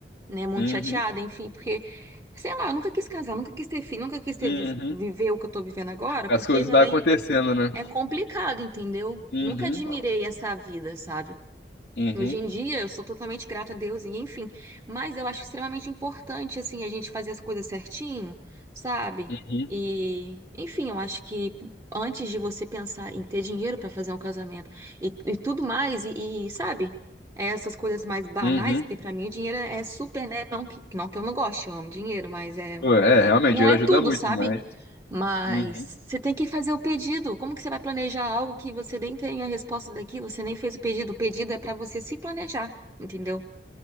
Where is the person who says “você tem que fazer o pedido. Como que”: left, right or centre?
Right